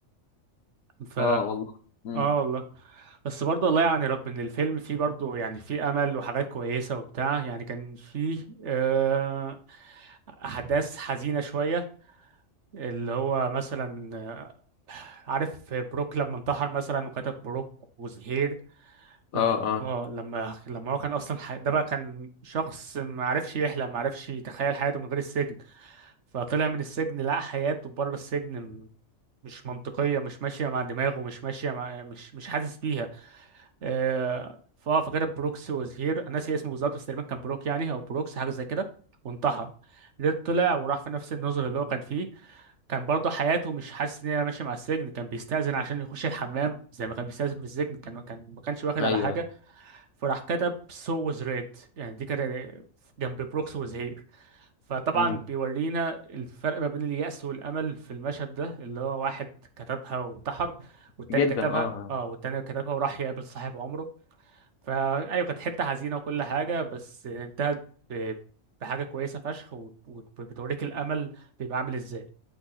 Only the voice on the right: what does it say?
ف
اه والله بس برضه والله يعني رغم ان الفيلم فيه برضه يعني فيه امل وحاجات كويسه وبتاع يعني كان فيه آه، احداث حزينه شويه اللي هو مثلا آه، عارف بروك لما انتحر مثلا وكتب بروك وزهير لما
اه لما لما هو كان اصلا ح... ده بقى كان شخص ما عرفش يحلم ما عرفش يتخيل حياته من غير السجن فطلع من السجن لقى حياته بره السجن م- مش منطقيه مش ماشيه مع دماغه مش ماشيه مع مش مش حاسس بيها آه، فاه فاكر بروكس واز هير انا ناسي اسمه بالظبط بس تقريبا كان بروك يعني او بروكس حاجه زي كده وانتحر ريد طلع وراح في نفس النظر اللي هو كان فيه كان برضه حياته مش حاسس ان هي ماشيه مع السجن كان بيستأذن عشان يخش الحمام زي ما كان بيستأذن في السجن كان كان ما كانش واخد
على حاجه فراح كتب سو was ريد يعني دي كانت جنب بروكس was here فطبعا
بيورينا الفرق ما بين اليأس والأمل في المشهد ده اللي هو واحد كتبها وانتحر والتاني
كتبها
اه والتاني كتبها وراح يقابل صاحب عمره فايوه كانت حته حزينه وكل حاجه بس انتهت ب- بحاجه كويسه فشخ وبتوريك الامل بيبقى عامل ازاي